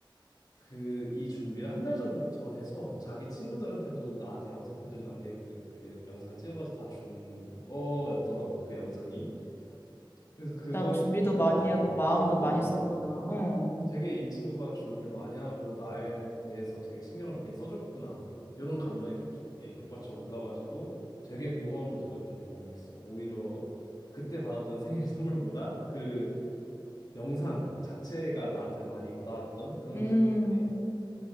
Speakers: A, on the left (about 45°); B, on the left (about 25°).
A: 그 이 준비를 한 달 전부터 해서 자기 친구들한테도 나한테 영상 편지를 남게끔 이렇게 영상을 찍어가지고 다 준 거였더라고 그 영상이 그래서 그걸
B: 진짜 준비도
A: 보고
B: 많이
A: 나서
B: 하고 마음도
A: 어
B: 많이 썼구나. 어.
A: 되게 이 친구가 준비를 많이 하고 나에 대해서 되게 신경을 많이 써줬구나 이런 감정이 갑자기 북받쳐 올라가지고 되게 고마움을 느꼈던 경험이 있어 오히려 그때 받았던 생일 <laughs> 선물보다 그 영상 자체가 나한테 많이 와닿았던 그런
B: 음.
A: 기억인데